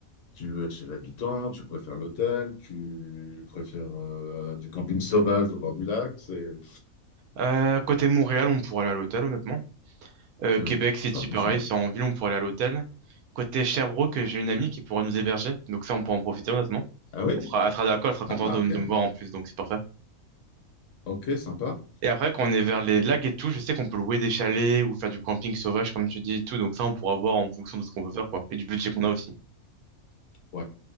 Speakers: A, on the left; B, on the right.
A: Tu veux être chez l'habitant, tu préfères l'hôtel, tu préfères euh, du camping sauvage au bord du lac. C'est...
B: Euh, côté Montréal, on pourrait aller à l'hôtel, honnêtement. Euh,
A: Oui,
B: Québec City,
A: c'est un peu
B: pareil,
A: simple.
B: c'est en ville, on pourrait aller à l'hôtel. Côté Sherbrooke, j'ai une amie qui pourra nous héberger, donc ça, on pourra en profiter, honnêtement.
A: Ah oui?
B: Elle sera, elle sera d'accord, elle sera contente
A: Ah,
B: de,
A: ok.
B: de me voir en plus, donc c'est parfait.
A: Ok, sympa.
B: Et après, quand on est vers les
A: Et,
B: lacs et tout, je sais qu'on peut louer des chalets ou faire du camping sauvage, comme tu dis et tout. Donc ça, on pourra voir en fonction de ce qu'on veut faire, quoi. Et du budget qu'on a aussi.
A: ouais.